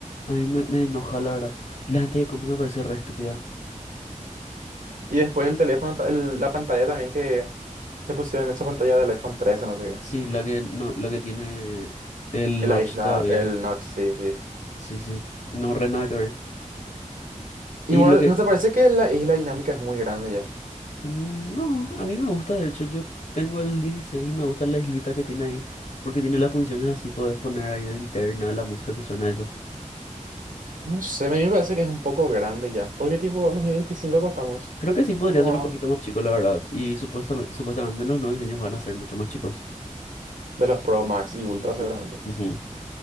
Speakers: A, on the left; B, on the right.
A: a mí me, me enoja la verdad. La gente que compra me parece re estúpida.
B: Y después el teléfono, ta- el- la pantalla también que le pusieron esa pantalla del iPhone 13, no sé
A: Sí,
B: qué.
A: la que, no, la que tiene el
B: En
A: notch
B: La isla,
A: todavía.
B: el notch, sí, sí.
A: Sí, sí, no, re nada que ver. Y
B: Igual,
A: lo que...
B: ¿no te parece que la isla dinámica es muy grande ya?
A: mm, No, a mí me gusta, de hecho, yo tengo el 16 y me gusta la islita que tiene ahí, porque tiene las funciones así, podés poner ahí la interna, la música que suena a eso.
B: No sé, a mí me parece que es un poco grande ya. Porque tipo, en 2025 costamos
A: Creo que sí podría
B: como
A: ser un
B: a-
A: poquito más chico, la verdad, y supuestamente, supuestamente los nuevos diseños van a ser mucho más chicos.
B: de los Pro Max y Ultra
A: Ujú,
B: seguramente.
A: ujú,